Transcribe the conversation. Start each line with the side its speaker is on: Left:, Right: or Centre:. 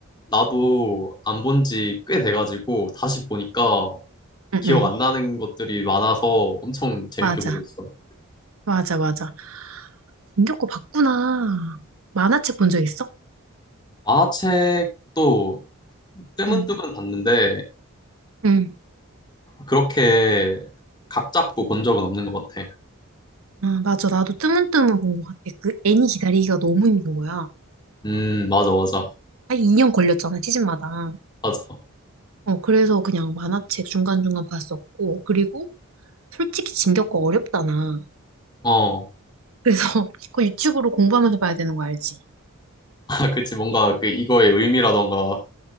Left: 나도 안 본 지 꽤 돼가지고 다시 보니까
Right: 응.
Left: 기억 안 나는 것들이 많아서 엄청 재밌게
Right: 맞아.
Left: 보고 있어.
Right: 맞아, 맞아. 김겹고 봤구나. 만화책 본 적 있어?
Left: 만화책도 뜨문뜨문
Right: 응.
Left: 봤는데
Right: 응.
Left: 그렇게 각 잡고 본 적은 없는 것 같아.
Right: 아, 맞아. 나도 뜨문뜨문 본 것 같아. 그 애니 기다리기가 너무 힘든 거야.
Left: 음, 맞아, 맞아,
Right: 한 2년 걸렸잖아, 시즌마다.
Left: 맞아.
Right: 어, 그래서 그냥 만화책 중간중간 봤었고. 그리고 솔직히 진격거 어렵잖아.
Left: 어,
Right: 그래서 <laughs> 그거 유튜브로 공부하면서 봐야 되는 거 알지?
Left: <laughs> 아, 그치, 뭔가 그 이거의 의미라던가.